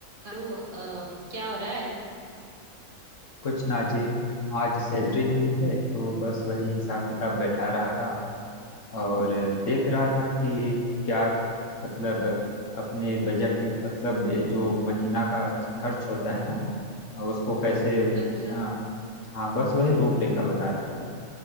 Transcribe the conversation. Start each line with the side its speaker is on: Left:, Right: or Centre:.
Right: हेलो अम, क्या हो रहा है
Left: कुछ ना जी आज सैलरी मिली है तो बस वही हिसाब किताब बैठा रहा था और देख रहा था कि क्या मतलब अपने बजट मतलब जो महीना का खर्च होता है ना उसको कैसे
Right: अच्छा
Left: आ, हाँ बस वही रूपरेखा बना रहा था